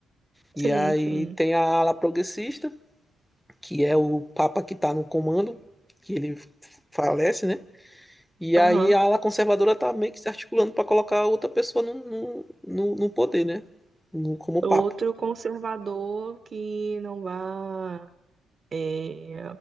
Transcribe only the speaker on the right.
sim,
sim.
Aham.
Outro
conservador que não vá é,